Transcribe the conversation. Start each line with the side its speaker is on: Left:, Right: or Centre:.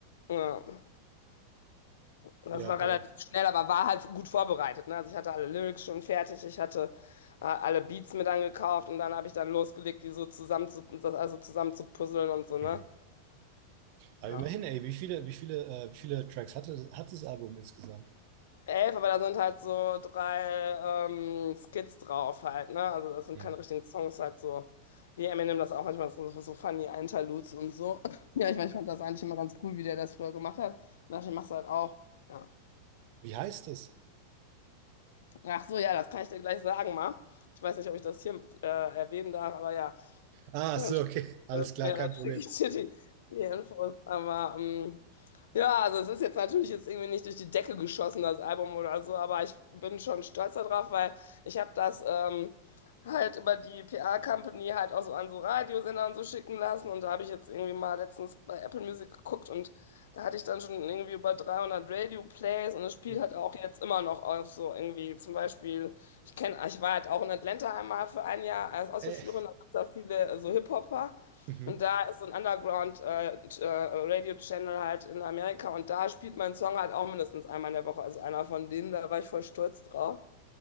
Left: Ja. Und Das
Right: Ja,
Left: war
Right: boah.
Left: relativ schnell, aber war halt gut vorbereitet, ne? Also ich hatte alle Lyrics schon fertig, ich hatte äh, alle Beats mir dann gekauft und dann habe ich dann losgelegt, die so zusammen zu, das also zusammen zu puzzeln und so, ne?
Right: Mhm. Aber
Left: Ja.
Right: immerhin, ey, wie viele, wie viele, äh, wie viele Tracks hatte, hat das Album insgesamt?
Left: elf, aber da sind halt so drei ähm, Skits drauf halt, ne? Also das sind
Right: Mhm.
Left: keine richtigen Songs, halt so wie Eminem das auch manchmal so, so so funny Interludes und so. <clears throat> <laughs> Ja, ich, mein, ich fand das eigentlich immer ganz cool, wie der das früher gemacht hat. Und dachte, ich mach's halt auch. Ja.
Right: Wie heißt es?
Left: Ach so, ja, das kann ich dir gleich sagen, mal. Ich weiß nicht, ob ich das hier äh, erwähnen darf, aber ja,
Right: Ah,
Left: Ganz,
Right: so, okay. Alles
Left: äh,
Right: klar,
Left: ja,
Right: kein
Left: dann
Right: Problem.
Left: schicke ich dir die, die Infos. Aber ähm, ja, also es ist jetzt natürlich jetzt irgendwie nicht durch die Decke geschossen, das Album oder so, aber ich bin schon stolz darauf, weil ich habe das ähm, halt über die PR-Company halt auch so an so Radiosender und so schicken lassen. Und da habe ich jetzt irgendwie mal letztens bei Apple Music geguckt und da hatte ich dann schon irgendwie über 300 Radio-Plays und es spielt
Right: Boah.
Left: halt auch jetzt immer noch auf so irgendwie zum Beispiel. Ich kenne, ich war halt auch in Atlanta einmal für ein Jahr als Austauschschülerin,
Right: Äh.
Left: da gab es da viele äh, so Hip-Hopper.
Right: Mhm.
Left: Und da ist so ein Underground-Radio-Channel halt in Amerika und da spielt mein Song halt auch mindestens einmal in der Woche. Also einer von denen, da war ich voll stolz drauf.